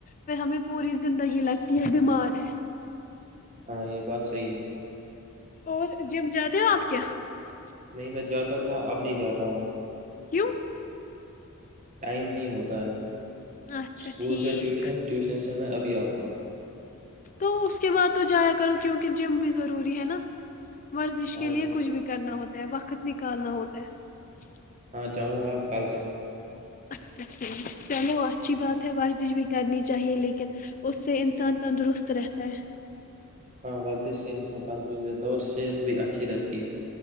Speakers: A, on the left; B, on the right.
A: پھر ہمیں پوری زندگی لگتی ہے بیمار ہے <unintelligible>
B: ہاں یہ بات صحیح ہے
A: اور جم زیادہ <unintelligible> د آب کیا کیا <unintelligible>
B: نہیں میں جاتا تھا اب نہیں جاتا ہوں <unintelligible>
A: کیوں <unintelligible>
B: ٹائم نہیں ہوتا ہے <unintelligible>
A: اچھا
B: اسکول
A: ٹھیک
B: سے ٹیوشن ٹیوشن سے <unintelligible> میں ابھی آتا ہوں <unintelligible>
A: تو اس کے بعد تو جایا کرو کیونکہ جم بھی ضروری ہے نا <unintelligible> ورزش
B: ہاں
A: کے لیے کچھ بھی کرنا ہوتا ہے وقت <unintelligible> وقت نکالنا ہوتا ہے <unintelligible>
B: اں جاؤں گا آپ کل سے <unintelligible>
A: اچھاھ چلو اچھی بات ہے ورزش بھی کرنی چاہیے لیکن اس سے انسان تندرست رہتا ہے <unintelligible>
B: ہاں وردش سے انسان تندرست رہتا ہے اور صحت بھی اچھی رہتی ہے <unintelligible>